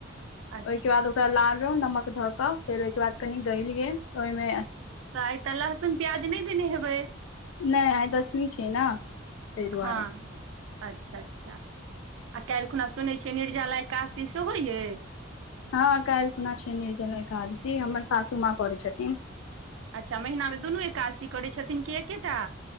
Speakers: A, on the right; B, on the left.
A: अच्छा
B: ओय के बाद ओकरा लारलौं नमक धऽ कऽ फेर ओय के बाद कनि गलि गेल ओय मे
A: आय त लहसुन प्याज नय देने हेबै
B: नय आय दसमी छै न तै दुआरे
A: हँ अच्छा अच्छा आ कल्हि खुना सुनै छियै निर्जाला एकादशी सेहो अय
B: हं कल्हि खुना छै निर्जला एकादशी हमर सासु माँ करै छथिन
A: अच्छा महिना मे दुनू एकादशी करै छथिन कि एकेटा